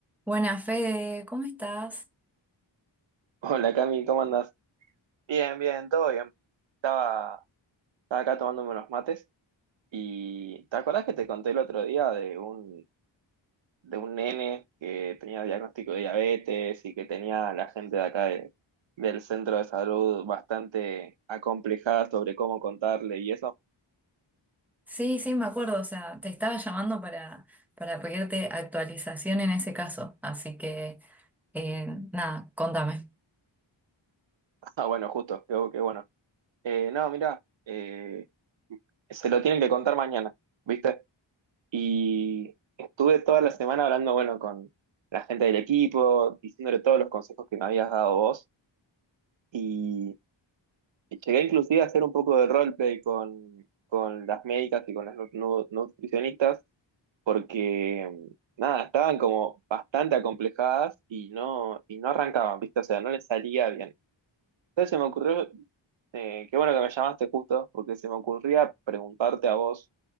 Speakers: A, in the centre; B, on the right.
A: Buenas, Fede, ¿cómo estás?
B: Hola Cami, ¿cómo andás? Bien, bien, todo bien. Estaba, estaba acá tomándome unos mates y ¿te acordás que te conté el otro día de un, de un nene que tenía diagnóstico de diabetes y que tenía a la gente de acá de- del centro de salud bastante acomplejada sobre cómo contarle y eso?
A: Sí, sí, me acuerdo, o sea, te estaba llamando para, para pedirte actualización en ese caso, así que eh, nada, contame.
B: <laughs> Ah, bueno, justo, qué, bu- qué bueno. Eh, no, mirá, eh, se lo tienen que contar mañana, ¿viste? Y estuve toda la semana hablando, bueno, con la gente del equipo, diciéndole todos los consejos que me habías dado vos. Y llegué inclusive a hacer un poco de roleplay con, con las médicas y con las nu- nu- nutricionistas, porque, mm, nada, estaban como bastante acomplejadas y no, y no arrancaban, ¿viste? O sea, no les salía bien. Entonces se me ocurrió eh, qué bueno que me llamaste justo, porque se me ocurría preguntarte a vos,